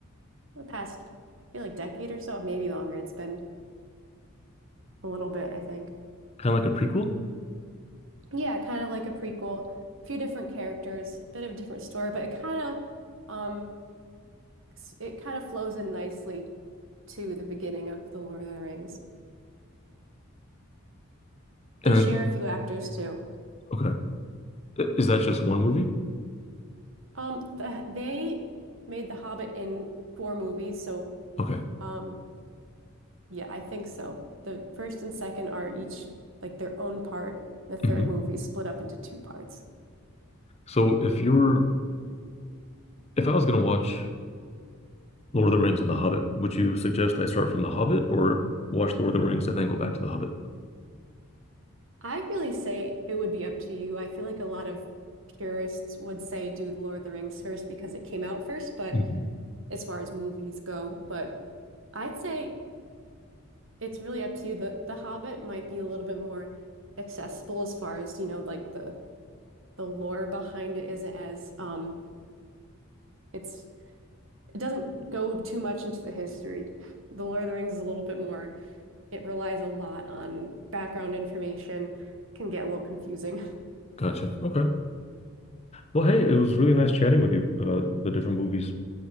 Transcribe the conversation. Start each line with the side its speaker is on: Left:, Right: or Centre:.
Right: the past, I feel like decade or so, maybe longer. It's been a little bit, I think.
Left: Kind of like a prequel?
Right: Yeah, kind of like a prequel. A few different characters, a bit of a different story, but it kind of um s- it kind of flows in nicely to the beginning of The Lord of the Rings. They
Left: And
Right: share
Left: then,
Right: a few actors too.
Left: okay. I- Is that just one movie?
Right: Um, the, they made The Hobbit in four movies, so
Left: Okay.
Right: um Yeah, I think so. The first and second are each like their own part. The third
Left: hmm
Right: movie is split up into two parts.
Left: So if you're if I was going to watch Lord of the Rings and The Hobbit, would you suggest I start from The Hobbit or watch Lord of the Rings and then go back to The Hobbit?
Right: I really say it would be up to you. I feel like a lot of purists would say do The Lord of the Rings first because it came out first, but
Left: Mhm.
Right: as far as movies go, but I'd say it's really up to you. The The Hobbit might be a little bit more accessible as far as, you know, like the the lore behind it isn't as um it's it doesn't go too much into the history. The Lord of the Rings is a little bit more, it relies a lot on background information, can get a little confusing. <laughs>
Left: Gotcha. Okay. Well, hey, it was really nice chatting with you about the different movies.